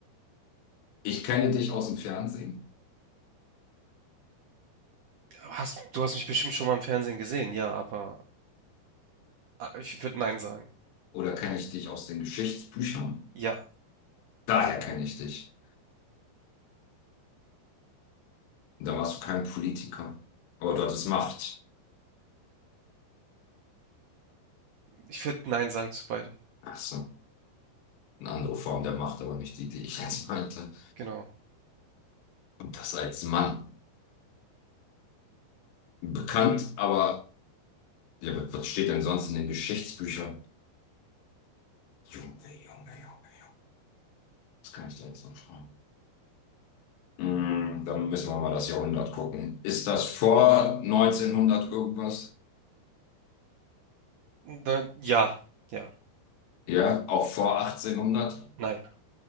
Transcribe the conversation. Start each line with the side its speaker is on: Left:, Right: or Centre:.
Left: Ich kenne dich aus dem Fernsehen
Right: Hast, du hast mich bestimmt schon mal im Fernsehen gesehen, ja, aber ah, ich würde Nein sagen.
Left: oder kenne ich dich aus den Geschichtsbüchern.
Right: Ja,
Left: Daher kenne ich dich. Und da warst du kein Politiker. Aber dort ist Macht.
Right: ich würde Nein sagen zu beidem.
Left: Ach so. Eine andere Form der Macht, aber nicht die, die ich jetzt <laughs> meinte.
Right: Genau.
Left: Und das als Mann. Bekannt, aber ja, was steht denn sonst in den Geschichtsbüchern? Junge, Junge, Junge. Das kann ich da jetzt noch schreiben. Mm, dann müssen wir mal das Jahrhundert gucken. Ist das vor neunzehnhundert irgendwas?
Right: Nein, ja, ja,
Left: Ja, auch vor achtzehnhundert?
Right: nein.